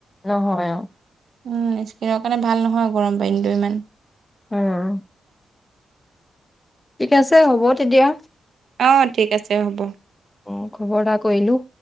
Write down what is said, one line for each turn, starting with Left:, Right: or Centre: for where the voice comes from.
Left: নহয় অ
Right: উম স্কিনৰ কাৰণে ভাল নহয় গৰম পানীটো ইমান।
Left: উম ঠিক আছে হ'ব তেতিয়া।
Right: অ ঠিক আছে হ'ব।
Left: অ খবৰ এটা কৰিলো।